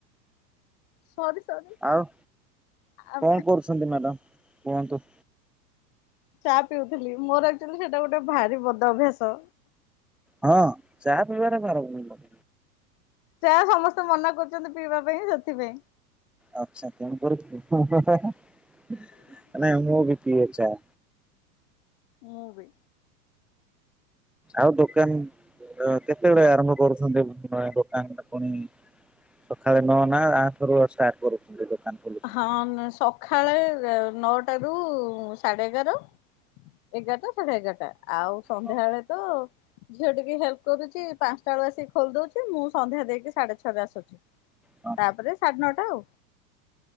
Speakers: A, on the left; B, in the centre.
A: ସରି ସରି।
B: ଆଉ
A: ଆ
B: କଣ କରୁଛନ୍ତି ମ୍ୟାଡ଼ାମ୍ କୁହନ୍ତୁ?
A: ଚା ପିଉଥିଲି ମୋର ଆକ୍ଚ୍ୟଲି ସେଟା ଗୋଟେ ଭାରି ବଧ ଅଭ୍ୟାସ।
B: ହଁ ଚା ପିଇବା ଟା ପାରମପରିକ।
A: ଚା ସମସ୍ତେ ମନା କରୁଚନ୍ତି ପିଇବା ପାଇଁ ସେଥିପାଇଁ।
B: ଆଚ୍ଛା ତେଣୁ କରି ହୁଁ ହୁଁ ହାଁ ହାଁ ନାଇଁ ମୁଁ ବି ପିଏ ଚା।
A: ମୁଁ ବି।
B: ଆଉ ଦୋକାନ ଅ କେତେବେଳେ ଆରମ୍ଭ କରୁଛନ୍ତି ଆଁ ଦୋକାନ ଟା ପୁଣି? ସକାଳେ ନ ନା ଆଥୁରୁ ଅଛା କରୁଛନ୍ତି ଦୋକାନ ଖୋଲୁଛନ୍ତି।
A: ହଁ ନା ସଖାଳେ ନେ ନଅ ଟାରୁ ସାଢ଼େ ଏଗାର। ଏଗାର ଟା ସାଢ଼େ ଏଗାର ଟା ଆଉ ସନ୍ଧ୍ୟା
B: ହଁ
A: ବେଳେ ତ ଝିଅ ଟିକେ ହେଲ୍ପ କରୁଚି ପାଂଶଟା ବେଳୁ ଆସିକି ଖୋଲି ଦୋଉଛି ମୁଁ ସନ୍ଧ୍ୟା ଦେଇକି ସାଢ଼େ ଛଅଟାରେ ଆସୁଛି।
B: ହଁ
A: ତାପରେ ସାଢ଼େ ନଅ ଟା ଆଉ।